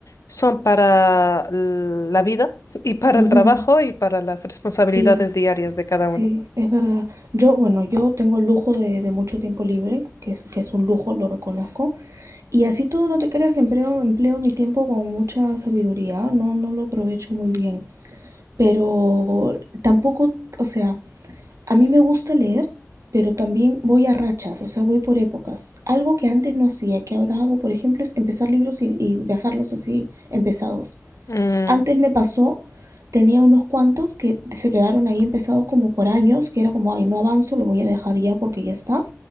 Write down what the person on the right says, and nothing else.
ujú.
Sí,
sí,
es verdad. Yo, bueno, yo tengo el lujo de, de mucho tiempo libre, que es, que es un lujo, lo reconozco. Y así todo no te creas que empleo, empleo mi tiempo con mucha sabiduría, ¿ah? no, no lo aprovecho muy bien. pero tampoco, o sea, a mí me gusta leer, pero también voy a rachas, o sea, voy por épocas. Algo que antes no hacía, que ahora hago, por ejemplo, es empezar libros y, y dejarlos así empezados.
Antes
me pasó, tenía unos cuantos que se quedaron ahí empezados como por años, que era como, ay, no avanzo, lo voy a dejar ya porque ya está,